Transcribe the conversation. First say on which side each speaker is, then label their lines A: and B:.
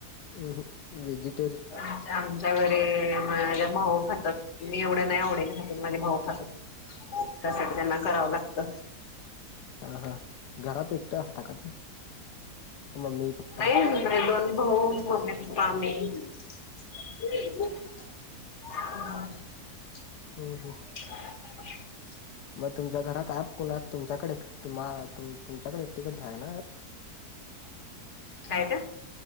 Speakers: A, on the left; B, on the left.
A: ह वेजि -
B: आमच्या आमच्या घरी माझ्या भाऊ खातात मी एवढं नाही आवडेने खात माझे भाऊ खातात त्यासाठी त्यांना करावं लागतं
A: अ हा घरात एकटं असता का तू मम्मी पप्पा
B: नाही नाही दोन भाऊ मम्मी पप्पा मी ह
A: हम्म हम्म
B: <inaudible>
A: मग तुमच्या घरात आहे कोणा तुमच्याकडे तम्हा तुमच्याकडे एकटिक आहे ना अॲप
B: काय का.